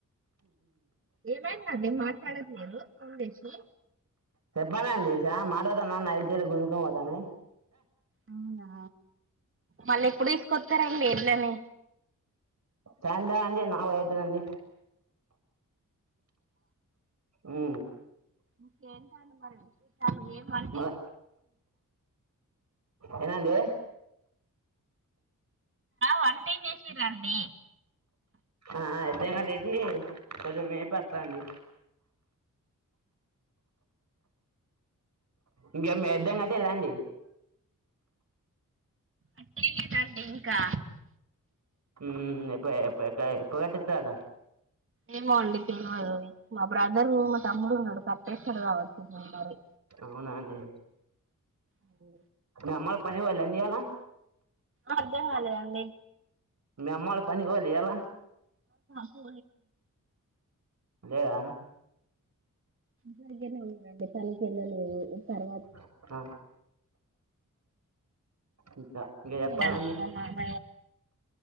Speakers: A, on the right; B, on the right.
A: ఏమయి నాదే మాట్లాడద్ నేను సందసిి
B: చెప్పనడి చేసా మాడతానున్నైద గుంజక పోతాను
A: అవునా మళ్ళీ ఎప్పుడు తీసుకొస్తారండి ఎడ్లని
B: చా చందా ఆడ్నే నావ ఐదు రండి ఉ
A: ఇకేంట అండి మరి విశేషాలు ఏ అంటే
B: మ ఏనాండి
A: వ చేసి రాడి
B: ఆ ఇద్ద కట్టేసి రజ మే పత్తండి ఇంకా మీద్దాం కట్టే ఎలాండి
A: అట్టే లేదండి ఇంకా
B: ఇ ఎప్ప కట్టతాడా
A: ఏమో అండి తెల్వదు మా బ్రదరు మా తమ్ముడు ఉన్నాడు కప్పేస్తాడు కావచ్చు మరి
B: అవునా అండి
A: ఓ
B: అేమ్ మళ పని పోళండి ఎాల
A: అర్ధం కాలేదండి
B: అమ్మళ పని పోాలి ఎలా
A: పో
B: లేద
A: జరిగేనే ఉన్నారంండి తనిఖ వెళ్ళలేవు తర్వాత
B: ఆ ఇంకా ఇంకా చెప్పాలండి
A: త్త తె మామ